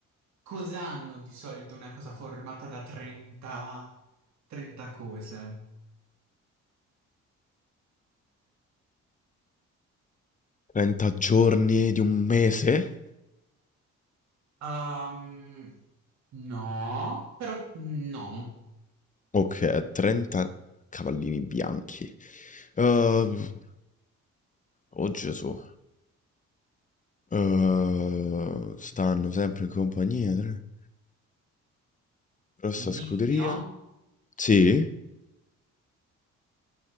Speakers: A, on the right; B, on the left.
A: Cosa hanno di solito una cosa formata da 30, 30 cose?
B: 30 giorni di un mese?
A: Ehm, no, però no.
B: Oka 30 cavallini bianchi. Uhm, oh Gesù. Uhm, stanno sempre in compagnia tre rossa
A: Indizio?
B: scuderia. Sì? <laughs>